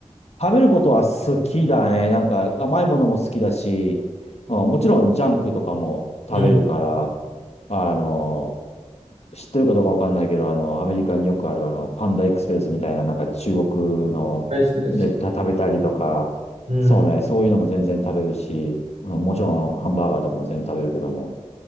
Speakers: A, on the left (about 55°); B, on the right (about 60°).
A: 食べることは好きだね。なんか甘いものも好きだし、うんもちろんジャンクとかも食べるから、
B: うん。
A: あの、知ってるかどうかわかんないけど、あの、アメリカによくある、あの、パンダエクスプレスみたいな、なんか中国のでた食べたりとか、
B: 大好きです。うん。
A: そうね、そういうのも全然食べるし、あのもちろんハンバーガーとかも全然食べるけども、